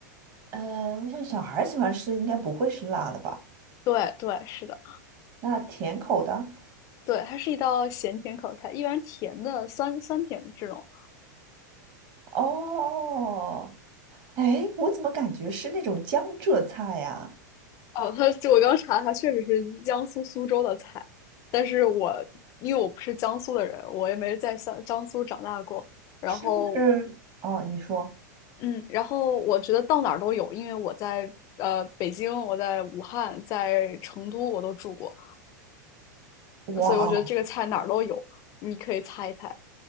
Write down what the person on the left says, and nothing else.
对对是的。
对，它是一道咸甜口菜，一般甜的酸酸甜这种。
哦，它就我刚查，了，它确实是江苏苏州的菜，但是我因为我不是江苏的人，我也没在江江苏长大过。然后，
嗯，然后我觉得到哪儿都有，因为我在呃北京，我在武汉，在成都我都住过，
所以我觉得这个菜哪儿都有，你可以猜一猜，